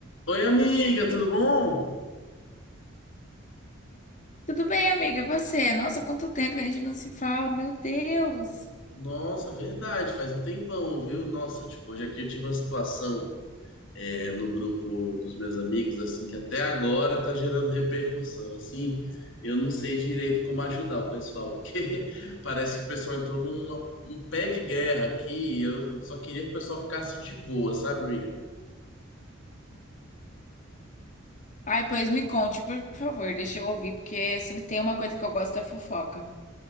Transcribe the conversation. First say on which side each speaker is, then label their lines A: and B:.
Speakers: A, on the left; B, on the left.
A: Oi, amiga, tudo bom?
B: Tudo bem, amiga? E você? Nossa, quanto tempo que a gente não se fala, meu Deus!
A: Nossa, verdade, faz um tempão, viu? Nossa, tipo, hoje aqui eu tive uma situação é, no grupo dos meus amigos, assim, que até agora tá gerando repercussão, assim. Eu não sei direito como ajudar o pessoal, porque <laughs> parece que o pessoal entrou num um pé de guerra aqui e eu só queria que o pessoal ficasse de boa, sabe, amiga?
B: Ai, pois me conte, por favor, deixa eu ouvir, porque se não tem uma coisa que eu gosto é fofoca.